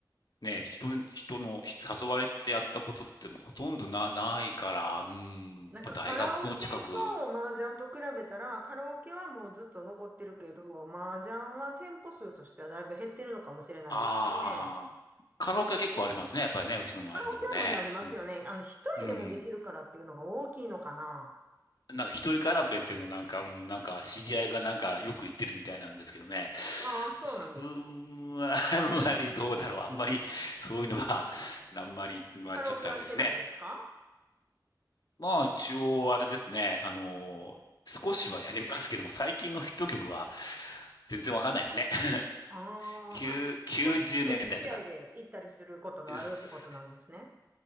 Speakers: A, on the left (about 65°); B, on the right (about 25°).
A: ね、人人の誘われてやったことってもうほとんどな、ないから、うん、
B: なんかカラオケと麻雀と比べたら、
A: まあ大学の近く、
B: カラオケはもうずっと残ってるけど、麻雀は店舗数としてはだいぶ減ってるのかもしれないですね。
A: ああ、カラオケは結構ありますね。やっぱりね、うちの周りにもね。
B: カラオケはまだありますよね。
A: うん。
B: あの、一人でもできるからっていうのが大きいのかな。
A: うん。なんか一人カラオケっていうのなんか、うんなんか知り合いがなんかよく言ってるみたいなんですけどね。
B: ああ、そうなんです。
A: 自分は <laughs> あんまりどうだろう。あんまりそういうのは、あんまり、あんまりちょっとあれですね。
B: カラオケはしないですか
A: まあ一応あれですね。あの少しはやりますけども、最近のヒット曲は全然わかんないですね。<laughs>
B: あ
A: 9、
B: あ、あ、
A: 90年代とか。
B: おつ、お付き合いで行ったりすることがあるってことなんですね。
A: す